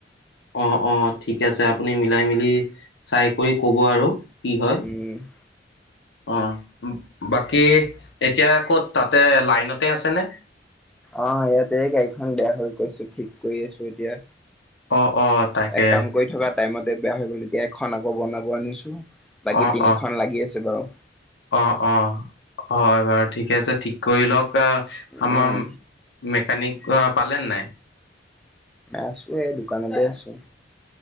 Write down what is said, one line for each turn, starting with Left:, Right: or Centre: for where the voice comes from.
Left: অ অ ঠিক আছে আপুনি মিলাই মিলি চাই কৰি কব আৰু কি হয়
Centre: উম
Left: অ বাকী এতিয়া ক'ত তাতে লাইনতে আছেনে
Centre: আহ ইয়াতে গাড়ীখন বেয়া হৈ গৈছো ঠিক কৰি আছো এতিয়া
Left: অ', অ', তাকে
Centre: এক কাম কৰি থকা টাইমত বেয়া হৈ গ'ল তেতিয়া এখন আকৌ বনাব আনিছো বাকী
Left: অ',
Centre: তিনিখনন
Left: অ',
Centre: লাগি আছে বাৰু
Left: অ অ হয় বাৰু ঠিকে আছে ঠিক কৰি লওক াৰ
Centre: উম
Left: মেকানিক পালে নাই
Centre: আছো এ দোকানতে আছো